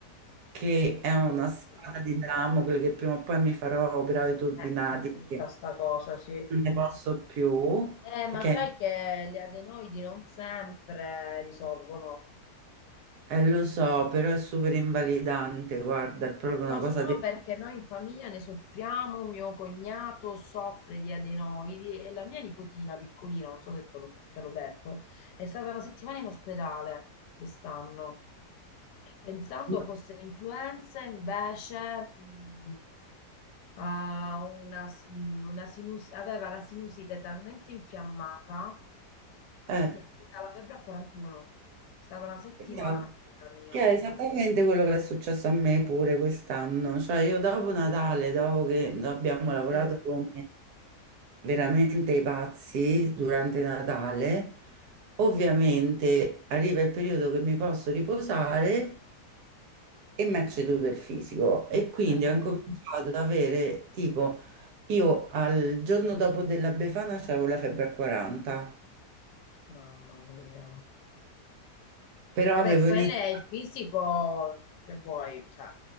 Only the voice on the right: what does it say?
che è una
spada di Damocle che prima o poi mi farò operare i turbinati
perché
non ne posso più,
perché
eh, lo so, però è super invalidante, guarda, è proprio
una cosa
terribile.
No,
eh.
Esatto.
Che è esattamente quello che è successo a me pure quest'anno, cioè io dopo Natale, dopo che abbiamo
lavorato
come veramente i pazzi durante Natale, ovviamente arriva il periodo che mi posso riposare e mi è ceduto il fisico e quindi
ho incominciato ad avere tipo io al giorno dopo della Befana avevo la febbre a 40,
però
avevo
iniziato